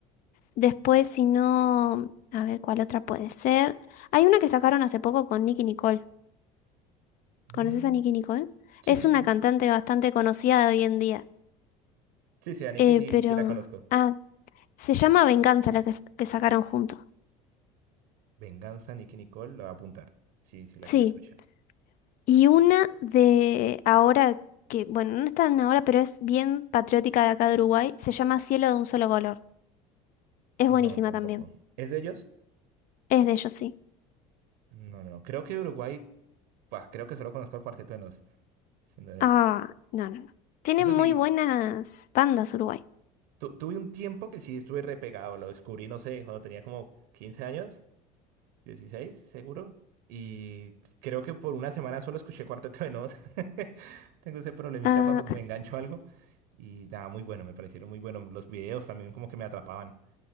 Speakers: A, on the left; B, on the right.
A: Después, si no, a ver cuál otra puede ser. Hay una que sacaron hace poco con Nicki Nicole.
B: Mm,
A: ¿Conoces a Nicki Nicole?
B: sí,
A: Es
B: sí,
A: una
B: sí.
A: cantante bastante conocida de hoy en día.
B: Sí, sí, a Nicki
A: Eh,
B: sí,
A: pero.
B: sí la conozco.
A: Ah, se llama Venganza la que, s- que sacaron juntos.
B: Venganza, Nicki Nicole, la voy a apuntar. Sí, sí la
A: Sí.
B: quiero escuchar.
A: Y una de ahora, que, bueno, no es tan ahora, pero es bien patriótica de acá de Uruguay, se llama Cielo de un solo color. Es
B: No,
A: buenísima
B: tampoco.
A: también.
B: ¿Es de ellos?
A: Es de ellos, sí.
B: No, no, no. Creo que Uruguay, pues creo que solo conozco el Cuarteto de Nos, siendo honestos.
A: Ah, no, no, no. Tienen
B: Eso
A: muy
B: sí,
A: buenas bandas Uruguay.
B: tu- tuve un tiempo que sí estuve repegado, lo descubrí, no sé, cuando tenía como 15 años, 16, seguro. Y creo que por una semana solo escuché Cuarteto de Nos. <laughs> Tengo ese problemita
A: Ah,
B: cuando me engancho a algo. Y nada, muy bueno, me parecieron muy buenos. Los videos también como que me atrapaban.